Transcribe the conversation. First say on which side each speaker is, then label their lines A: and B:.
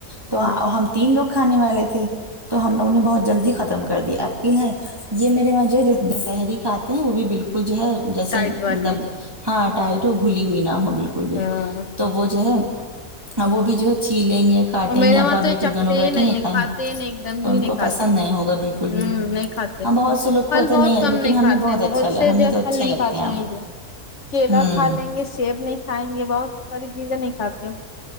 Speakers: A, on the right; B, on the left.
A: تو
B: ہمم
A: ہم تین لوگ کھانے والے تھے تو ہم لوگوں نے بہت جلدی ختم کر دیا لن ہے یہ میرے وہاں جو ہے سحری کھاتے ہیں وہ بھی بالکل جو ہے جیسے
B: ٹائٹ والی
A: مطلب ہاں ٹائٹ ہو گھلی ہوئی نہ ہو بالکل بھی
B: ہاں
A: تو وہ جو ہے وہ بھی جو ہے چھی لیں گے کاٹیں
B: اور میرے
A: گے ابا
B: وہاں تو
A: بیٹے
B: یہ چکتے
A: دونوں بیٹھیں
B: ہی نہیں
A: گے
B: ہے
A: کھائیں
B: کھاتے
A: گے
B: ہی نہیں ایک دم
A: تو
B: بھی
A: ان
B: نہیں
A: کو
B: کھاتے
A: پسند
B: ہمم
A: نہیں ہوگا بالکل بھی
B: نہیں کھاتے
A: ہاں بہت سے لوگ
B: پھل
A: کو ہوتا
B: بہت
A: ہے
B: کم
A: لیکن
B: نہیں
A: ہمیں
B: کھاتے ہیں
A: اچھا
B: بہت
A: لگا،
B: سے
A: ہمیں
B: جو
A: تو اچھے
B: پھل نہیں
A: لگتے
B: کھاتے
A: ہم
B: ہیں یہ کیلا
A: ہوں
B: کھا لیں گے سیب نہیں کھائیں گے بہت ساری چیزیں نہیں کھاتے